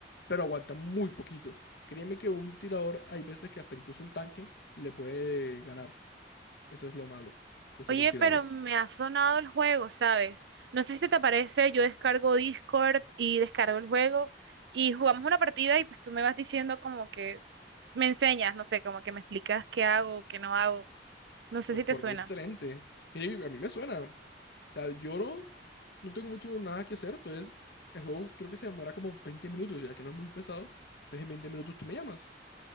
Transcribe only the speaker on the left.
pero aguantan muy poquito. Créeme que un tirador, hay veces que hasta incluso un tanque le puede ganar. Eso es lo malo de ser
un tirador.
Pues
por
mí, excelente. Sí, a mí me suena. O sea, yo no, no tengo mucho nada que hacer. Entonces, el juego creo que se demora como 20 minutos, ya que no es muy pesado. Entonces, en 20 minutos tú me llamas.